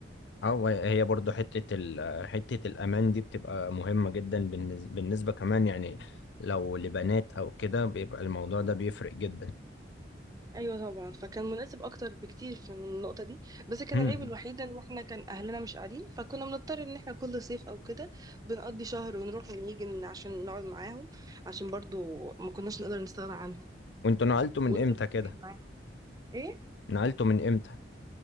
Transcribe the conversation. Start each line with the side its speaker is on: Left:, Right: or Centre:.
Left: اه هي برضو حتة ال حتة الأمان دي بتبقى مهمة جدا بالنس- بالنسبة كمان يعني لو لبنات أو كده بيبقى الموضوع ده بيفرق جدا
Right: ايوه طبعا فكان مناسب اكتر بكتير في من النقطه دي بس كان
Left: هم.
Right: العيب الوحيد ان احنا كان اهلنا مش قاعدين فكنا بنضطر ان احنا كل صيف او كده بنقضي شهر ونروح ونيجي من- عشان نقعد معاهم عشان برضو ما كناش نقدر نستغنى عنهم
Left: وانتوا نقلتوا من
Right: ودول
Left: امتى
Right: مرتبطين
Left: كده؟
Right: معاهم ايه
Left: نقلتوا من امتى؟